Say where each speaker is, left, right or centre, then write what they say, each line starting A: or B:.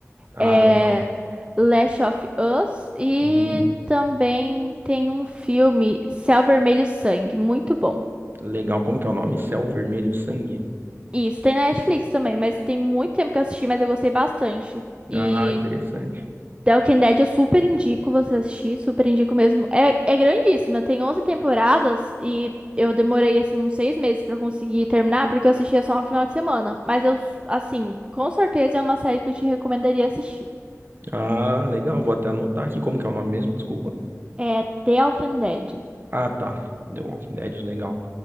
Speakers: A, on the right (about 40°); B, on the right (about 20°).
A: Ah,
B: é,
A: legal.
B: Last of Us e
A: Uhum.
B: também tem um filme Céu Vermelho Sangue, muito bom.
A: Legal. Como que é o nome? Céu Vermelho Sangue.
B: Isso, tem na Netflix também, mas tem muito tempo que eu assisti, mas eu gostei bastante. e
A: Ah, interessante.
B: The Walking Dead eu super indico você assistir, super indico mesmo. É, é grandíssima, tem 11 temporadas e eu demorei, assim, uns seis meses pra conseguir terminar, porque eu assistia só no final de semana. Mas eu, assim, com certeza é uma série que eu te recomendaria assistir.
A: Ah, legal. Vou até anotar aqui como que é o nome mesmo, desculpa.
B: É The Walking Dead.
A: Ah, tá. The Walking Dead, legal.